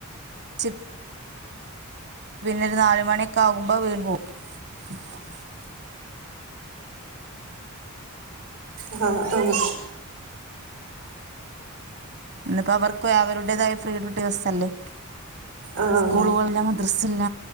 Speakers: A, on the right; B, on the right.
A: ചിപ് പിന്നൊരു നാലമണിക്കെ ആവുംമ്പോ <unintelligible>
B: ആഹ് ആഹ്
A: ഇന്നിപ്പോ അവർക്ക് അവരുടേതായ ഫ്രീ കിട്ടിയ ദിവസ്സല്ലേ
B: ആഹ് ആഹ്
A: സ്കൂളുകളല്ല മദ്രസില്ല